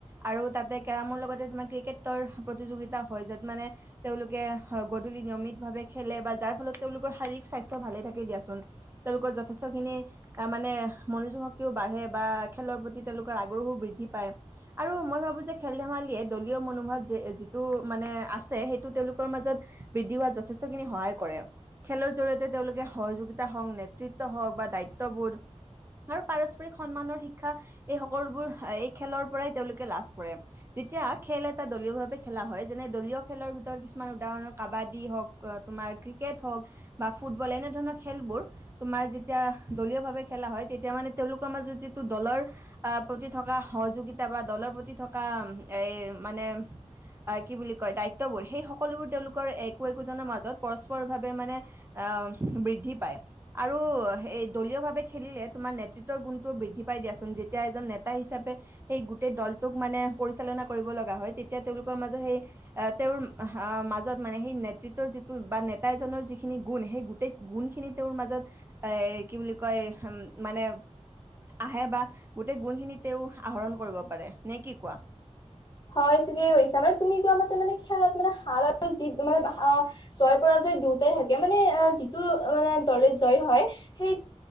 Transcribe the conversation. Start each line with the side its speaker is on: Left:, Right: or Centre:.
Right: আৰু তাতে কেৰমৰ লগত তোমাৰ ক্ৰিকেটৰ প্ৰতিযোগিতা হয়। য'ত মানে তেওঁলোকে গধূলি নিয়মিত ভাৱে খেলে বা যাৰ ফলত তেওঁলোকৰ শাৰীৰিক স্বাস্থ্য ভালে থাকে দিয়াচোন। তেওঁলোকৰ যথেষ্ট খিনি মানে মনোযোগ শক্তিও বাঢ়ে বা খেলৰ প্ৰতি তেওঁলোকৰ আগ্ৰহো বৃদ্ধি পায় আৰু মই ভাবো যে খেল ধেমালিয়ে দলীয় মনোভাৱ যিটো মানে আছে, সেইটো তেওঁলোকৰ মাজত বৃদ্ধি হোৱাত যথেষ্টখিনি সহায় কৰে। খেলৰ জৰিয়তে তেওঁলোকে সহযোগিতা হওঁক নেতৃত্ব হওঁক বা দায়িত্ববোধ আৰু পাৰস্পৰিক সন্মানৰ শিক্ষা এই সকলোবোৰ এই খেলৰ পৰাই তেওঁলোকে লাভ কৰে। এতিয়া খেল এটা দলীয়ভাৱে খেলা হয় যেনে দলীয় খেলৰ ভিতৰত কিছুমান উদাহৰণ কাবাডী হওক তোমাৰ ক্ৰিকেট হওঁক, বা ফুটবলে এনেধৰণে খেলবোৰ তোমাৰ যেতিয়া দলীয় ভাৱে খেলা হয়, তেতিয়া মানে তেওঁলোকৰ মাজত যিটো দলৰ প্ৰতি থকা সহযোগিতা বা দলৰ প্ৰতি থকা এই মানে কি বুলি কয় দায়িত্ববোধ। সেই সকলোবোৰ তেওঁলোকৰ একো একোজনৰ মাজত পৰস্পৰভাৱে মানে বৃদ্ধি পায় আৰু এই দলীয়ভাৱে খেলিলে, তোমাৰ নেতৃত্বৰ গুণটো বৃদ্ধি পায় পাই দিয়াচোন, যেতিয়া এজন নেতা হিচাপে সেই গোটেই দলটোক মানে পৰি চালনা কৰিব লগা হয়, তেতিয়া তেওঁলোকৰ মাজত সেই, তেওঁৰ মাজত মানে সেই নেতৃত্বৰ যিটো বা নেতা এজনৰ যিখিনি গুণ, সেই গোটেই গুণখিনি তেওঁৰ মাজত এ কি বুলি কয়? মানে, আহে বা গোটেই গুণখিনিত তেওঁ আহৰণ কৰিব পাৰে, নে কি কোৱা?
Left: হয় কিও কি ছা মানে তুমি কোৱা মতে মানে খেলাত মানে হাল আৰু জী মানে আহ জয় পৰা দুটা থাকে মানে যিটো দলে জয়ী হয় সেই